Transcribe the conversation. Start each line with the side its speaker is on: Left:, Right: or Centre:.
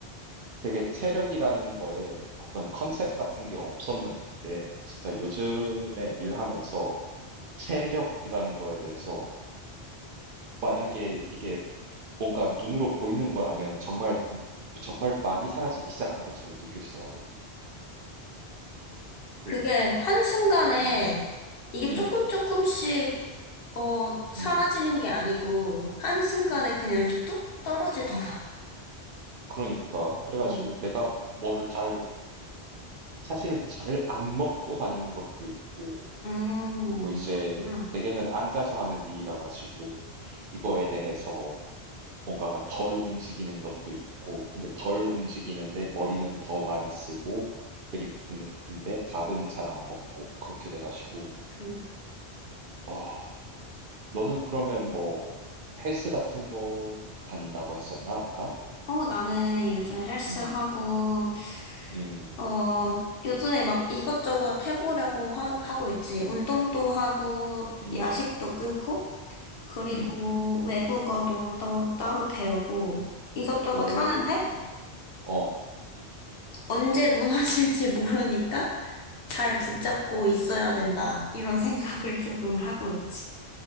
Right: 되게 체력이라는 거에 어떤 컨셉 같은 게 없었는데, 진짜 요즘에 일하면서 체력이라는 거에 대해서 만약에 이게 뭔가 눈으로 보이는 거라면 정말, 정말 많이 사라지기 시작한 것처럼 느껴지더라고.
Left: 그게
Right: 예.
Left: 한순간에
Right: 음,
Left: 이게
Right: 음,
Left: 조금 조금씩, 어, 사라지는
Right: 음,
Left: 게 아니고, 한순간에
Right: 음.
Left: 그냥 뚝 떨어지더라.
Right: 그러니까. 그래가지고
Left: 어.
Right: 내가 뭐를 잘, 사실 잘 안 먹고 다니는 것도 있고,
Left: 음,
Right: 그리고 이제
Left: 그렇구나.
Right: 대개는 앉아서 하는 일이라 가지고 이거에 대해서 뭔가가 덜 움직이는 것도 있고, 근데 덜 움직이는데 머리는 더 많이 쓰고, 그리고 근- 근데 밥은 잘 안 먹고 그렇게 돼가지고,
Left: 음.
Right: 아, 너는 그러면 뭐 헬스 같은 거 다닌다고 했었나 아까?
Left: 어, 나는 요즘 헬스하고,
Right: 음, 음,
Left: 어, 요즘에 막 이것저것 해보려고 하, 하고 있지. 운동도 하고,
Right: 음,
Left: 야식도 끊고, 그리고
Right: 음,
Left: 외국어도 또 따로 배우고 이것저것
Right: 오,
Left: 하는데
Right: 어,
Left: 언제 무너질지 모르니까
Right: 음,
Left: 잘
Right: 음.
Left: 붙잡고 있어야 된다. 이런 생각을 조금 하고 있지.